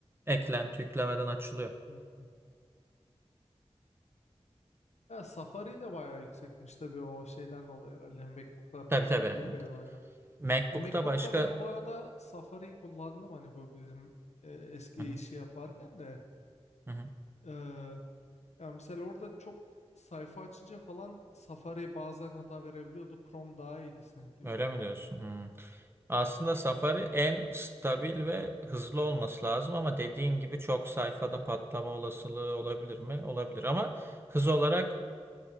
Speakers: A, on the right (about 20°); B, on the left (about 80°).
A: Eklenti yüklemeden açılıyor.
B: Hı hı. Ha, Safari de bayağı yüksekmiş tabii o şeyden dolayı herhalde. MacBook'lar
A: Tabii tabii.
B: popüler ya bayağı.
A: MacBook'ta
B: Ha, MacBook'ta
A: başka
B: ben bu arada Safari kullandım hani bu bizim e, eski
A: Hı hı,
B: işi yaparken de.
A: hı hı.
B: E, ya mesela orada çok sayfa açınca falan Safari bazen hata verebiliyordu. Chrome daha iyiydi sanki.
A: Öyle mi diyorsun? Hmm. Aslında Safari en stabil ve hızlı olması lazım ama dediğin gibi çok sayfada patlama olasılığı olabilir mi? Olabilir ama hız olarak